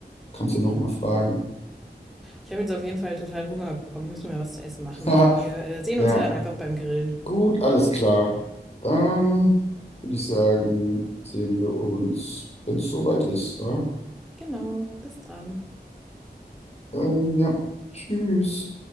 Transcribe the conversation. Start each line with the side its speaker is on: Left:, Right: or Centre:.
Left: kannst du noch
Centre: Ja.
Left: mal fragen.
Centre: Ich habe jetzt auf jeden Fall total Hunger bekommen. Ich muss mir was zu essen machen,
Left: <laughs>
Centre: aber wir äh, sehen
Left: Ja.
Centre: uns ja dann einfach beim Grillen.
Left: Gut, alles klar. Dann würde ich sagen, sehen wir uns, wenn es soweit ist, wa?
Centre: Genau, bis dann.
Left: Ähm, ja, tschüss.